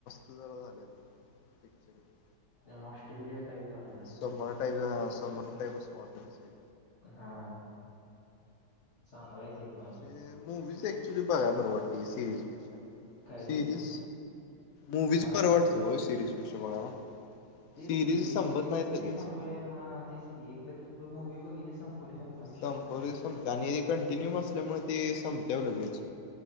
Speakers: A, on the left; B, on the left.
A: <unintelligible>
B: ज ऑस्ट्रेलिया टाईप झाल.
A: सोमवार टाईप हा सोमवार टाईप असं वाटलं नसेल.
B: हा चांगलाय ते. पण
A: ते मूवीज ऍक्च्युली बघायां बरं वाटतय सिरीजपेक्षा.
B: काय
A: सिरीज
B: ते
A: मूवीज
B: हा
A: बर वाटते हो सिरीज पेक्षा बघायला.
B: तेच
A: सिरीज
B: की
A: संपत
B: ते सिरिज
A: नाहीत
B: कधी
A: लगेच
B: संपय, हा तेच की एकदाचं मूवी बघितली संपवली. विषय
A: संपवली संपते आणि हे कंटिन्यू असल्यामुळे ती संपते वो लगेच.